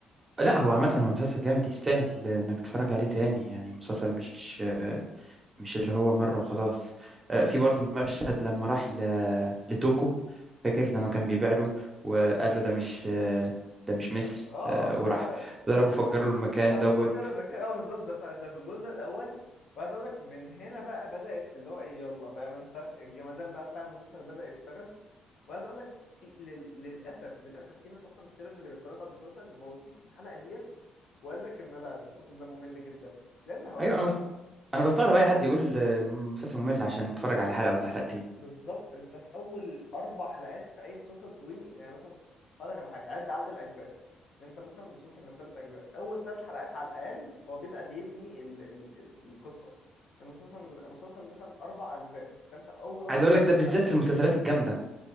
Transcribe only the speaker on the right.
لا هو عامه هو مسلسل جامد يستاهل انك تتفرج عليه تاني يعني مسلسل مش آه، مش اللي هو مره وخلاص آه، في
برضه مشهد لما راح ل- لتوكو فاكر لما كان بيبيع له وقال له ده مش آه، ده مش مس
آه،
وراح ضربه فجر له المكان
دوت
ايوه
انا بس انا
بستغرب اي حد يقول آه، المسلسل ممل عشان اتفرج على حلقه ولا حلقتين
عايز اقول لك ده
بالذات
في المسلسلات الجامده